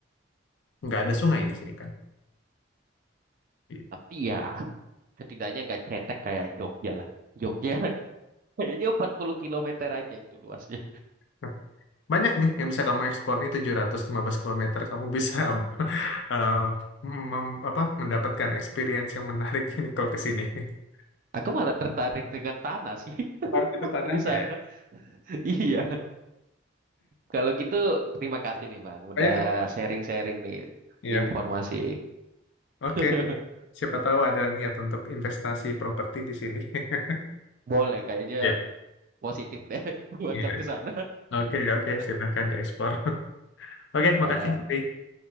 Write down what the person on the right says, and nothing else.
Tapi ya setidaknya nggak cetek kayak Jogja lah. Jogja <laughs> kayaknya 40 kilometer aja itu luasnya.
Aku malah tertarik dengan tanah sih
<laughs>
di sana.
Iya. Kalau gitu terima kasih nih Bang. Udah
sharing-sharing nih
informasi.
<laughs>
Boleh kayaknya
positif deh <laughs> bakal
ke sana.
<laughs>
Ya